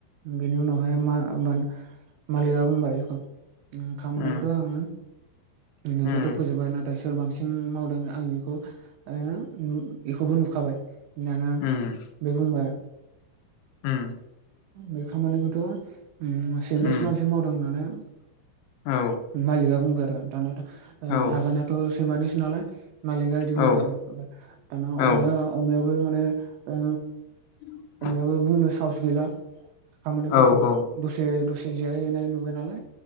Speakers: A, on the right; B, on the left.
A: बेनि उनावहाय मा-मा-मालिगा बुंबाय बेखौ खामानिखौथ
B: उम
A: आंङो नोंसोरथ'
B: उम
A: फोजोबबाय नाथाय सोर बांसिन मावदों आंनि बेखौ ओ बेखौबो नुखाबाय दाना
B: उम
A: बे बुंबाय
B: उम
A: बे खामानिखौथ' उम सैमायासो
B: उम
A: बांसिन मावदों होननानै।
B: औ
A: मालिकआ बुंबाय आरो दानाथ' ओ
B: औ
A: आगानाथ' सैमानिसो नालाय मालिकआ बिदि बुंबाय
B: औ
A: आरो दाना
B: औ
A: अमाया अमायाबो माने ओ
B: <inaudible>
A: अमायाबो बुंनो साहस गैला खामानिफोरखौ।
B: औ
A: दसे दसे जिरायहैनाय नुबाय नालाय